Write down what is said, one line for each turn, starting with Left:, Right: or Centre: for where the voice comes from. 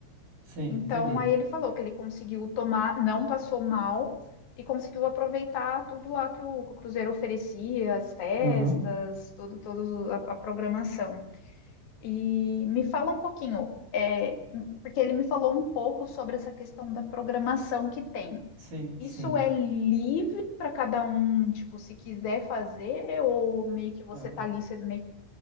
Right: Sim,
Left: Então,
Right: entendi.
Left: aí ele falou que ele conseguiu tomar, não passou mal e conseguiu aproveitar tudo lá que o, que o Cruzeiro oferecia, as festas,
Right: Uhum.
Left: tudo, toda a a programação. E me fala um pouquinho, é, porque ele me falou um pouco sobre essa questão da programação que tem.
Right: Sim,
Left: Isso
Right: sim.
Left: é livre para cada um, tipo, se quiser fazer, ou meio que você
Right: Uhum.
Left: tá ali, você meio que,